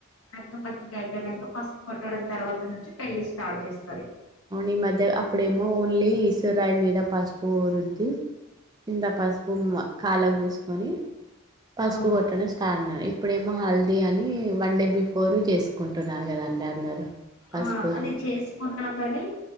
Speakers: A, on the left (about 85°); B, on the right (about 20°).
A: లగ్నపత్రిక అయిపోయిక ఫసుపు కొట్టడం తర్వాత నుంచి పెళ్లిి స్టార్ట్ చేసింది
B: అవును ఈ మధ్య అప్పుడేమో ఓన్లీ ఈశ్వరరాయ మీద పసుపు రుద్ది కింత పసుపు కాళకుపూసుకొని పసుపు
A: ఆ
B: కొట్టడం స్టార్ట్ ఇప్పుడేమో హల్దీ అని ని వన్ డే బిఫోర్ చేసుకుంటున్నారు కదండి అందరు పసుపుది
A: ఆ అది చేసుకున్నా కాని